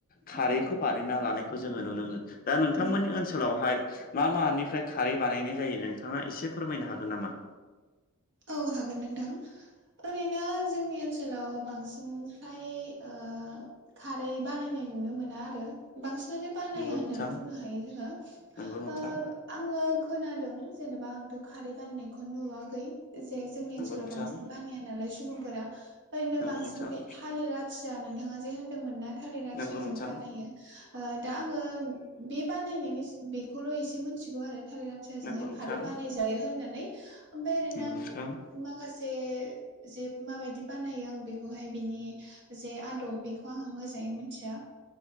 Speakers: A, on the left; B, on the right.
A: खारैखौ
B: उम
A: बानायना लानायखौ जोङो नुनो मोनो। दा नोंथांमोननि
B: उम
A: ओनसोलावहाय मा मानिफ्राय खारै बानायनाय जायो। नोंथाङा एसे फोरमायनो हागोन नामा?
B: औ हागोन नोंथां। ओरैनो जोंनि ओनसोलाव बांसिन फ्राय ओ खारै बानायनाय नुनो मोना आरो। बांसिनानो बानाया
A: नंगौ
B: होननानै
A: नोंथां
B: बुंनो हायो जोङो।
A: नंगौ नोंथां
B: ओ आङो खोनादों। जेनेबा आंथ' खारै बाननायखौ नुवाखै। एसे जोंनि ओनसोलाव
A: नंगौ नोंथां
B: बांसिन बानाया नालाय सुबुंफोरा ओरैनो
A: नंगौ
B: बांसिन
A: नोंथां
B: बे थालिरा आ थिया नोंथाङा जे होनदोंमोन ना थालिर आथियाजों
A: नंगौ नोंथां
B: बानायो। ओ दा आङो बे बानायनायनि स बेखौल' एसे मिथिगौ आरो थालिर आ थियाजोंहाय
A: नंगौ नोंथां
B: खारै बानाय जायो होननानै ओमफाय ओरैनो
A: नंगौ
B: आं माखासे जे माबायदि बानायो आं बेखौहाय बिनि जे आदब बेखौ आङो मोजाङै मोनथिया